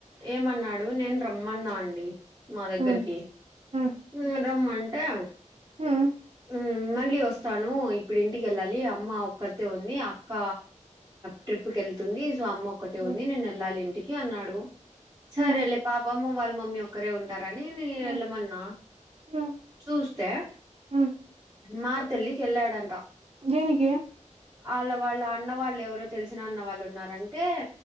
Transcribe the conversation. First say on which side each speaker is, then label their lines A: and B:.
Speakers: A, on the right; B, on the right.
A: ఏమన్నాడు నేను రమ్మన్నా అండి మా దగ్గరికి
B: హ్మ్ హ్మ్
A: మ్ రమ్మంటే,
B: హ్మ్
A: మ్ మళ్ళీ వస్తాను ఇప్పుడు ఇంటికెళ్ళాలి అమ్మ ఒక్కతే ఉంది అక్క ట్రిప్ కెళ్తుంది సో అమ్మ ఒక్కటే
B: హ్మ్
A: ఉంది నేనెళ్ళాలి ఇంటిక్ కి అన్నాడు సరే
B: హ్మ్
A: లే పాపము వాళ్ళ మమ్మీ ఒక్కరే ఉంటా రనీ నే
B: హ్మ్
A: వెళ్ళమన్నా
B: హ్మ్
A: చూస్తే
B: హ్మ్
A: మారుతల్లి కెళ్ళాడంట
B: దేనికి
A: ఆళ్ళ వాళ్ళ అన్న వాళ్ళు ఎవ రో తెలిసినన్న వాళ్ళు ఉన్నారంటే